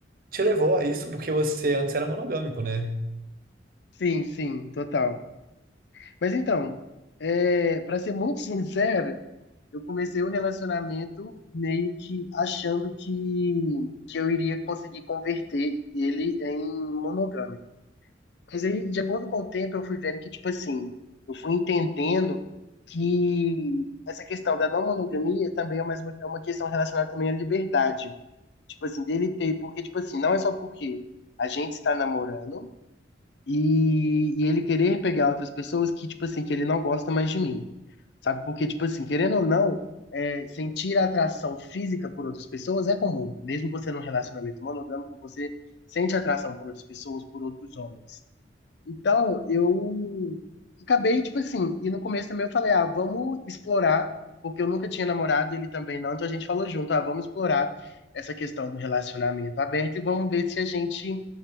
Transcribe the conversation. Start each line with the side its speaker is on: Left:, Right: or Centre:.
Right: te levou a isso, porque você antes era monogâmico, né?
Left: Sim, sim, total. Mas então, é, para ser muito <laughs> sincero, eu comecei o relacionamento meio que achando que, que eu iria conseguir converter ele em monogâmico. Mas aí, de acordo com o tempo, eu fui vendo que, tipo assim, eu fui entendendo que essa questão da não monogamia também é uma, é uma questão relacionada também à liberdade. Tipo assim, dele ter. Porque, tipo assim, não é só porque a gente está namorando e, e ele querer pegar outras pessoas que, tipo assim, que ele não gosta mais de mim. Sabe? Porque, tipo assim, querendo ou não, é, sentir atração física por outras pessoas é comum. Mesmo você num relacionamento monogâmico, você sente atração por outras pessoas, por outros homens. Então, eu acabei, tipo assim, e no começo também eu falei, ah, vamos explorar, porque eu nunca tinha namorado, ele também não, então a gente falou junto, ah, vamos explorar essa questão do relacionamento aberto e vamos ver se a gente